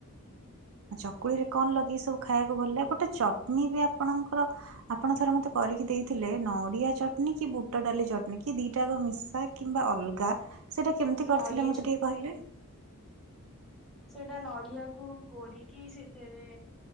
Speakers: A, on the right (about 70°); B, in the centre.
A: ଆ ଚକୁଳି ରେ କଣ ଲଗେଇକି ସବୁ ଖାଇବାକୁ ଭଲ ଲାଗେ ଗୋଟେ ଚଟଣୀ ବି ଆପଣଙ୍କର ଆପଣ ଥରେ ମତେ କରିକି ଦେଇ। ଥିଲେ ନଡ଼ିଆ ଚଟ ଚଟନୀ କି ବୁଟ ଡାଲି ଚଟନୀ କି ଦିଟାକ ମିଶା କିମ୍ବା ଅଲଗା ସେଇଟା କେମିତି କରିଥିଲେ
B: ନଡିଆ
A: ମତେ ଟିକେ କହିଲେ।
B: ସେଟା ନଡିଆକୁ କରୋିକି ସେଥିରେ